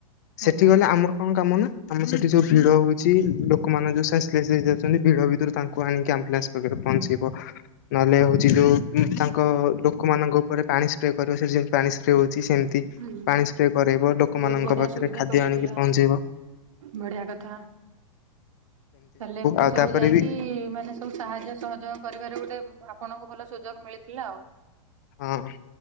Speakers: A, on the left; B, on the right.
A: ସେଠି
B: ଆଜ୍ଞା
A: ଗଲେ ଆମର କଣ କାମ ନା? ଆମର ସେଠି ଯୋଉ ଭିଡ ହଉଛି ।ଲୋକମାନେ ଯୋଉ ସେନ୍ସଲେସ୍ ହୋଇଯାଉଛନ୍ତି, ଭିଡ଼ ଭିତରୁ ତାଙ୍କୁ ଆଣିକି ଆମ୍ବୁଲାନ୍ସ ପାଖରେ ପ ପହଁଞ୍ଚିବ, ନହେଲେ ହଉଛି ଯୋଉ ତାଙ୍କ ଲୋକମାନଙ୍କ ଉପରେ ପାଣି ସ୍ପ୍ରେ କରିବ ସେଠି ଯେମିତି ପାଣି ସ୍ପ୍ରେ ହେଉଛି। ସେମିତି
B: ହୁଁ
A: ପାଣି ସ୍ପ୍ରେ କରାଇବ, ଲୋକମାନଙ୍କ
B: ବହୁତ ବଢିଆ
A: ପାଖରେ
B: ସୁବିଧା
A: ଖାଦ୍ୟ
B: କରେଇଥିଲ।
A: ଆଣିକି ପହଞ୍ଚେଇବ।
B: ବଢିଆ କଥା। ତାଲେ ଏମିତି
A: ଆଉ
B: ସବୁ
A: ତାପରେ
B: ଯାଇକି,
A: ବି
B: ମାନେ ସବୁ ସାହାଯ୍ୟ ସହଯୋଗ କରିବାରେ ଗୋଟେ ଆପଣଙ୍କୁ ଭଲ ସୁଯୋଗ ମିଳିଥିଲା ଆଉ।
A: ହଁ।